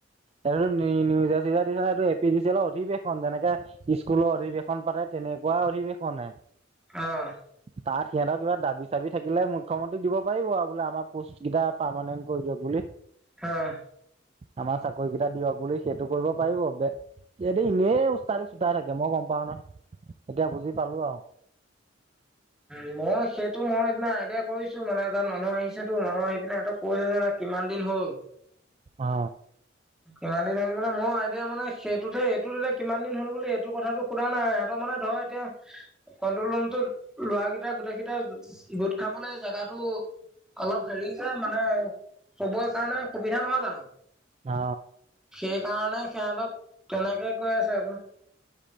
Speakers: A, on the right; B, in the centre.
A: এইটো নি নিউজে চিউজে দিছে এ পি ডি চি এলৰ অধিৱেশন যেনেকে, স্কুলৰ অধিৱেশন পাতে তেনেকুৱা অধিৱেশন হে,
B: এনেই
A: তাত সিহঁতৰ কিবা দাবী চাবি থাকিলে মুখ্যমন্ত্ৰীক দিব পাৰিব আৰু বোলে আমাৰ পষ্ট কেইটা পাৰ্মমানেণ্ট কৰি দিয়ক বুলি,
B: হয়
A: আমাৰ চাকৰি কেইটা দিয়ক বুলি সেইটো কৰিব পাৰিব বে সিহঁতি ইনেই ওস্তাদি চোতাই থাকে মই গম পাও ন এতিয়া বুজি পালো আৰু,
B: উ মই সেইটো মই সেদিনা আইডিয়া কৰিছো মানে তাত মানুহ আহিছেতো মানুহ আহি পিনে সিহঁতক কৈছে যে কিমান দিন হ'ল,
A: অ
B: কিমান দিন হল মানে মই আইদিয়া মানে সেইটোতহে এইটোত তেতিয়া কিমান দিন হল বুলি এইটো কথাটো সোধা নাই সিহঁতৰ মানে ধৰ, এতিয়া কন্ট্ৰল ৰুমটোৰ, লৰাকেইটা গোটেইকেইটা গোট খাবলে জেগাটো, অলপ হেৰি যে মানে হবৈ কাৰণে সুবিধা নহয় জানো?
A: অ
B: সেইকাৰণে সিহঁতক তেনেকে কৈ আছে আকৌ